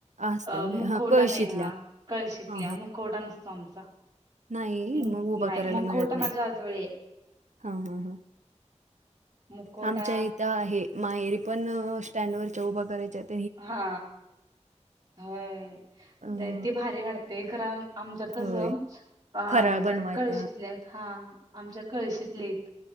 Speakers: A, on the right (about 75°); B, on the right (about 35°).
A: असतात
B: अ मुखवटा
A: हा कळशीतल्या
B: नाही हा कळशीतल्या
A: हा हा
B: मुखवटा नसतो आमचा
A: नाही
B: मग
A: उभा
B: नाही
A: करायला
B: मग खोटं
A: मिळत नाही
B: माझ्या आजोळ
A: हा हा ह
B: मुखवटा
A: आमच्या इथं आहे माहेरी पण स्टँडवर च उभा करायच्या आहेत
B: हा होय
A: अ,
B: ती भारी वाढते गरम आमच्यात कसं,
A: होय
B: ह्याच्यात
A: फराळ बनवायचा
B: कळशीतल्या हाईत, हा आमच्या कळशीतल्या हाईत.